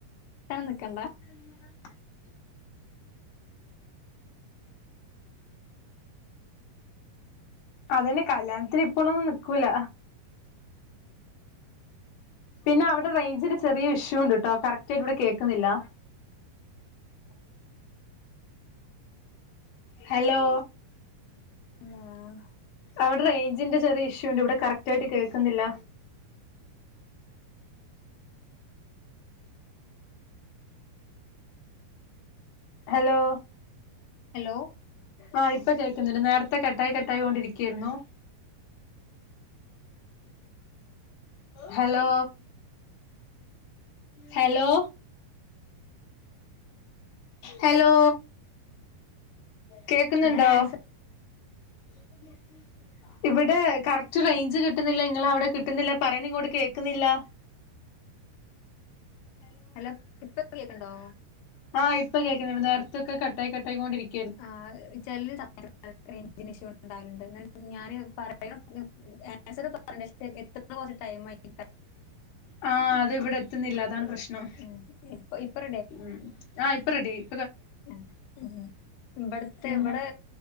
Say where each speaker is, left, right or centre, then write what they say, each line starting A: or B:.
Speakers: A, on the left (about 85°); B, on the left (about 65°).
A: തന്നെ നിക്കണ്ട
B: <inaudible> അതന്നെ കല്യാണത്തിന് ഇപ്പോളൊന്നും നിക്കൂല പിന്നെ അവിടെ റേഞ്ചിന്റെ ചെറിയൊരു ഇഷ്യൂ ഉണ്ടട്ടോ കറക്റ്റായിട്ട് ഇവിടെ കേക്കുന്നില്ല ഹലോ
A: ആഹ്
B: അവിടെ റേഞ്ചിൻ്റെ ചെറിയ ഇഷ്യൂ ഉണ്ട് ഇവിടെ കറക്റ്റ് ആയിട്ട് കേൾക്കുന്നില്ല. Hello
A: hello.
B: ആഹ് ഇപ്പൊ കേൾക്കണ്ട് നേരത്തെ കട്ടായി കട്ടായി കൊണ്ടിരിക്കുവയായിരുന്നു ഹലോ ഹലോ ഹലോ കേക്കുന്നുണ്ടോ
A: ഞാൻ ആൻസർ
B: <unintelligible> ഇവിടെ കറക്റ്റ് റേഞ്ച് കിട്ടുന്നില്ല നിങ്ങ അവിടെ കിട്ടുന്നില്ല പറയുന്ന ഇങ്ങോട്ട് കേക്കുന്നില്ല <inaudible>
A: ഹലോ ഇപ്പ കേക്കണ്ടോ
B: ആഹ് ഇപ്പൊ കേൾക്കുന്നുണ്ട് നേർത്തൊക്കെ കട്ടായി കട്ടായിക്കൊണ്ടിരിക്കും
A: ആഹ് ചെലര് <unintelligible> <unintelligible> എത്ത്ന്ന കൊറച്ച് ടൈം ആയി
B: ആഹ് അത് ഇവിടെ എത്തുന്നില്ല അതാണ് പ്രശ്നം
A: ഉം ഇപ്പൊ ഇപ്പൊ
B: ഉം ആഹ് ഇപ്പ റെഡി ആയി
A: ആഹ് ഉം ഇവിടത്തെ
B: പിന്നെ
A: ഇവിടെ